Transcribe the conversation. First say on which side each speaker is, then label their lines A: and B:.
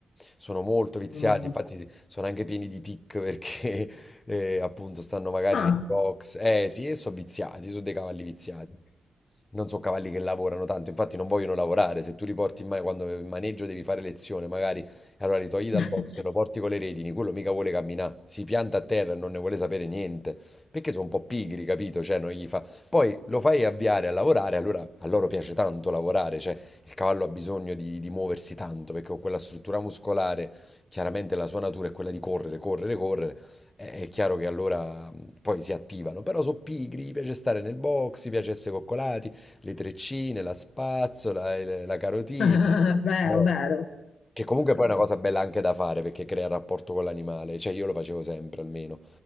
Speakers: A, on the left; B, on the left.
A: Sono molto viziati,
B: Mm.
A: infatti si- sono anche pieni di tic perché <laughs> eh, appunto stanno magari
B: Ah.
A: nei box. Eh sì, e sono viziati, sono dei cavalli viziati. Non sono cavalli che lavorano tanto, infatti non vogliono lavorare. Se tu li porti in ma- quando in maneggio devi fare lezione, magari allora li togli dal
B: <coughs>
A: box e lo porti con le redini, quello mica vuole camminare, si pianta a terra e non ne vuole sapere niente, perché sono un po' pigri, capito? Cioè non gli fa poi lo fai avviare a lavorare, allora a loro piace tanto lavorare, cioè il cavallo ha bisogno di, di muoversi tanto perché con quella struttura muscolare, chiaramente la sua natura è quella di correre, correre, correre, è, è chiaro che allora mh, poi si attivano, però sono pigri, gli piace stare nel box, gli piace essere coccolati, le treccine, la spazzola, il- la carotina.
B: <laughs> Vero,
A: Eh.
B: vero. <laughs>
A: Che comunque poi è una cosa bella anche da fare perché crea il rapporto con l'animale, cioè io lo facevo sempre almeno.